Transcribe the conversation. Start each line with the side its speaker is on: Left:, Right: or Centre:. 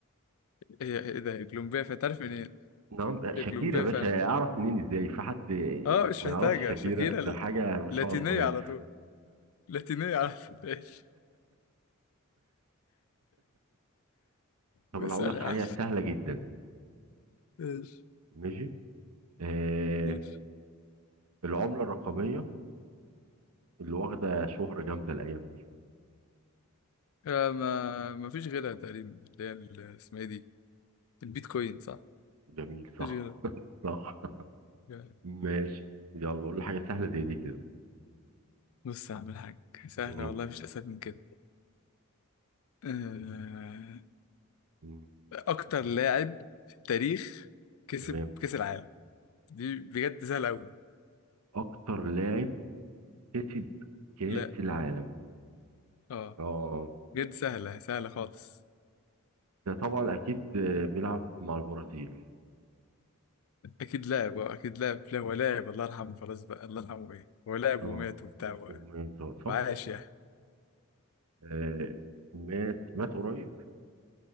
Left: هي ايه ده هي كولومبيا فعلا تعرف منين إيه؟
Right: نعم لا، شاكيرا
Left: هي كولومبيا
Right: بس
Left: فعلا
Right: اعرف منين ازاي في حد
Left: اه مش
Right: ما
Left: محتاجة
Right: يعرفش شاكيرا
Left: شاكيرا
Right: ده
Left: ال-
Right: حاجه ما
Left: لاتينية
Right: شاء الله يعني
Left: على طول لاتينية على طول <laughs> ماشي
Right: طب
Left: واسأل
Right: انا هقول لك حاجه
Left: يا عم
Right: سهله جدا
Left: ماشي
Right: ماشي آه
Left: ماشي
Right: العمله الرقميه اللي واخده شهره جامده الايام دي
Left: آه ما ما فيش غيرها تقريبا اللي هي ال- اسمها ايه دي البيتكوين صح
Right: جميل صح
Left: مفيش غيرها
Right: صح <laughs>
Left: يعني
Right: ماشي يلا قول لي حاجه سهله زي دي كده
Left: بص يا عم الحاج سهلة
Right: مم،
Left: والله مفيش أسهل من كده آه
Right: مم،
Left: اكتر لاعب في التاريخ كسب
Right: تمام
Left: كاس العالم دي بجد سهله قوي
Right: اكتر لاعب كسب كاس
Left: لا
Right: العالم
Left: اه
Right: اه
Left: بجد سهله سهله خالص
Right: ده طبعا اكيد آه، بيلعب مع البرازيل
Left: اكيد لاعب اه اكيد لاعب لا هو لاعب الله يرحمه خلاص بقى الله يرحمه ايه هو لاعب
Right: اه
Left: ومات وبتاع و-
Right: ومات صح
Left: وعاش يعني
Right: آه مات مات قريب